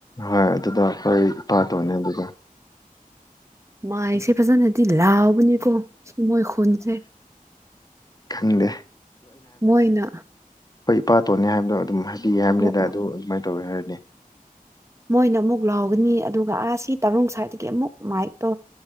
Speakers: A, on the left; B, on the right.
A: ꯍꯣꯏ ꯑꯗꯨꯗꯣ ꯍꯣꯏ ꯏꯄꯥ ꯇꯣꯅꯦ ꯑꯗꯨꯗ
B: ꯃꯥꯏꯁꯦ ꯐꯖꯅꯗꯤ ꯂꯥꯎꯕꯅꯤ ꯀꯣ ꯃꯣꯏ ꯈꯨꯨꯟꯁꯤ
A: ꯈꯪꯗꯦ
B: ꯃꯣꯏꯅ
A: ꯍꯣꯏ ꯏꯄꯥꯇꯣꯟꯅꯤ ꯍꯥꯏꯕꯗꯣ ꯑꯗꯨꯝ ꯍꯥꯏꯕꯤ ꯍꯥꯏꯕꯅꯤꯗ
B: ꯑꯣ ꯑꯣ
A: ꯑꯗꯨ ꯑꯗꯨꯃꯥꯏꯅ ꯇꯧꯋꯦ ꯍꯥꯏꯔꯗꯤ
B: ꯃꯣꯏꯅ ꯑꯃꯨꯛ ꯂꯥꯎꯒꯅꯤ ꯑꯗꯨꯒ ꯑꯥ ꯁꯤ ꯇꯔꯨꯡ ꯁ꯭ꯋꯥꯏꯗꯒꯤ ꯑꯃꯨꯛ ꯃꯥꯏꯛꯇꯣ